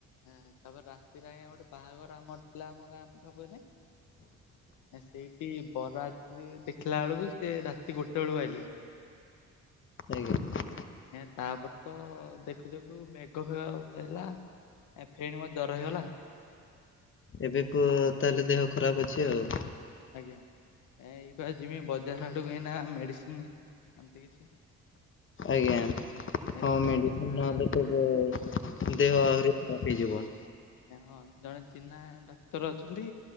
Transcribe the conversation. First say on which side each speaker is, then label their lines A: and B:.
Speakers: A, on the left (about 80°); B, on the left (about 40°).
A: ହଁ, ତାପରେ ରାତିରେ ଆଜ୍ଞା ଗୋଟେ ବାହାଘର ଆମର ଥିଲା ଆମ ଗାଁ ପାଖ କହିଲେ ଆଜ୍ଞା। ସେଇଠି ବରଯାତ୍ରୀ ଦେଖିଲା ବେଳକୁ ସେ ରାତି ଗୋଟେ ବେଳକୁ ଆଇଲି
B: ଆଜ୍ଞା।
A: ଆଜ୍ଞା। ତାପରେ ତ ଦେଖୁ ଦେଖୁ ମେଘ ଫେଗ ହେଲା ଆ ଫେଣି ମୋତେ ଜର ହେଇଗଲା ଆଉ।
B: ଏବେକୁ ତାହେଲେ ଦେହ ଖରାପ ଅଛି ଆଉ?
A: ଆଜ୍ଞା। ଏଇ ବା ଯିମି ବଜାର ଆଡ଼କୁ ଏଇନା ମେଡ଼ିସିନ ଏମତି କିଛି
B: ଆଜ୍ଞା।
A: ଏ
B: ହଁ
A: ଜଣେ
B: ମେଡିସିନ
A: ଚିହ୍ନା
B: ନହେଲେ ତ ଏ ଦେହ ଆହୁରି ଖରାପ ହେଇଯିବ।
A: ଆଜ୍ଞା ହଁ, ଜଣେ ଚିହ୍ନା ଡାକ୍ତର ଅଛନ୍ତି,